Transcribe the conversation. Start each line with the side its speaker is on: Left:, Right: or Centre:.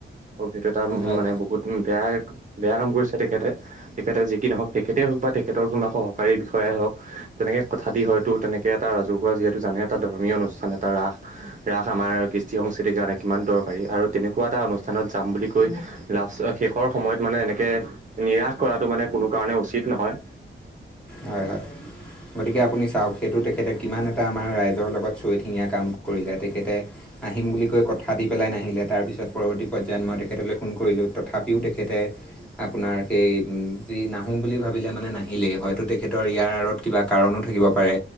Right: আৰু সেইটো এটা
Centre: হয়
Right: মানে বহুত বেয়া বেয়া কাম কৰিছে তেখেতে। তেখেতে যি কি নহওক তেখেতেই হওক বা তেখেতৰ কোনবা সহকাৰী বিষয়াই হওক। তেনেকে কথা দি হয়তো তেনেকে এটা ৰাজহুৱা যিহেতু জানে এটা ধৰ্মীয় অনুষ্ঠান এটা ৰাস। ৰাস আমাৰ কৃষ্টি সংস্কৃতিৰ কাৰণে কিমান দৰকাৰী আৰু তেনেকুৱা এটা অনুষ্ঠানত যাম বুলি কৈ। লাষ্ট শেষৰ সময়ত মানে এনেকে নিৰাশ কৰাটো মানে কোনো কাৰণে উচিত নহয়।
Centre: হয়, হয়। গতিকে আপুনি চাওক সেইটো তেখেতে কিমান এটা আমাৰ ৰাইজৰ লগত চৈ ঠেঙীয়া কাম কৰিলে তেখেতে। আহিম বুলি কৈ কথা দি পেলাই নাহিলে তাৰপিছত পৰৱৰ্তী পৰ্যায়ত মই তেখেতলৈ ফোন কৰিলোঁ তথাপিও তেখেতে। আপোনাৰ সেই যি নাহোম বুলি ভাব। বিলে মানে নাহিলেই হয়তো তেখেতৰ ইয়াৰ আঁৰত কিবা কাৰণো থাকিব পাৰে।